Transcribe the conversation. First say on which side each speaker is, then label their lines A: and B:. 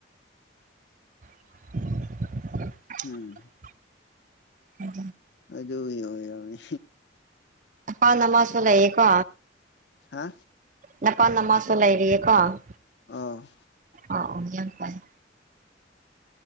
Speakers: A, on the right; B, on the left.
A: <unintelligible>
B: ꯎꯝ
A: ꯎ
B: ꯑꯖ ꯍ ꯌꯥꯅꯤ
A: ꯍꯥꯟꯅ ꯃꯥꯁ ꯂꯩꯌꯦꯀꯣ
B: ꯍꯥ
A: ꯅꯄꯥꯜ ꯅꯃꯁꯨ ꯂꯩꯔꯤꯌꯦꯀꯣ ꯑ
B: ꯑꯣ
A: ꯑ ꯌꯥꯝ ꯐꯥꯏꯦ